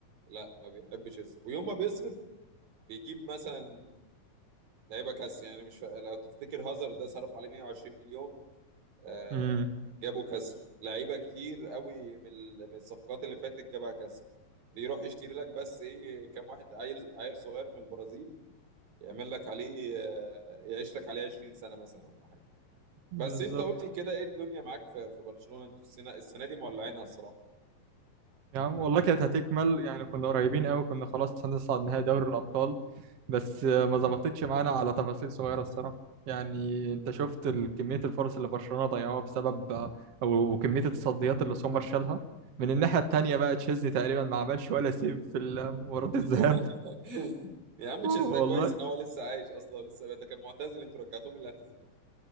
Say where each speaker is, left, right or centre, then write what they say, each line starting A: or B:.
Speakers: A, on the right (about 80°); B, on the right (about 50°).
A: لا ما بيحبش يصرف ويوم ما بيصرف بيجيب مثلا لعيبة كاس يعني مش فا... لو تفتكر هازارد ده صرف عليه 120 مليون آه،
B: امم
A: جابوا كسر لعيبه كتير قوي من ال- من الصفقات اللي فاتت جابها كسر بيروح يشتري لك بس ايه كام واحد عيل عيل صغير من البرازيل يعمل لك عليه آه، يعيش لك عليه 20 سنه مثلا ولا حاجه
B: بالظبط
A: بس انت قول لي كده ايه الدنيا معاك في في برشلونه انتوا السنه السنه دي مولعينها الصراحه
B: يا عم والله كانت هتكمل يعني كنا قريبين قوي كنا خلاص هنصعد نهائي دوري الأبطال بس آه، ما ظبطتش معانا على تفاصيل صغيرة الصراحة يعني انت شفت ال- كمية الفرص اللي برشلونة ضيعوها بسبب آه، و- وكمية التصديات اللي سومر شالها من الناحية التانية بقى تشيزني تقريبا ما عملش ولا سيف في ال- مباراة الذهاب
A: <laughs> يا عم
B: <laughs>
A: تشيزن ده
B: والله
A: كويس ان هو لسه عايش اصلا ولسه ده كان معتزل انتوا رجعتوه من الاعتزال